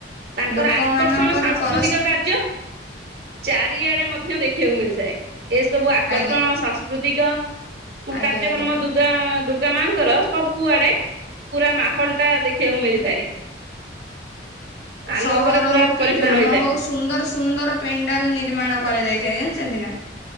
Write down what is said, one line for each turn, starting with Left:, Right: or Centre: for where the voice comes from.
Right: ତାଙ୍କର
Left: ଲୋକମାନଙ୍କର
Right: ଆକର୍ଷଣ ସାଂସ୍କୃତିକ
Left: ପରସ୍
Right: କାର୍ଯ୍ୟ। ଚାରିଆଡେ ମଧ୍ୟ ଦେଖିବାକୁ ମିଳିଥାଏ ଏସବୁ ଆକର୍ଷଣ
Left: ଆଜ୍ଞା
Right: ସଂସ୍ କୃତିକ
Left: ଆଜ୍ଞା
Right: କାର୍ଯ୍ୟକ୍ରମ
Left: ଆଜ୍ଞା
Right: ଦୁ ଦୁର୍ଗା ଦୁର୍ଗା ମାଆଙ୍କର ସବୁଆଡେ ପୁରା ମାହୋଲଟା ଦେଖିବାକୁ ମିଳିଥାଏ। ଆଲୋକରେ
Left: ସହର
Right: ପୁରା
Left: ହଉ କି
Right: ପରିପୂର୍ଣ୍ଣ
Left: ଗ୍ରାମ
Right: ହେଇଥାଏ।
Left: ହଉ ସୁନ୍ଦର ସୁନ୍ଦର ପେଣ୍ଡାଲ ନିର୍ମାଣ କରାଯାଇଥାଏ ଜାଣିଛନ୍ତି ନା।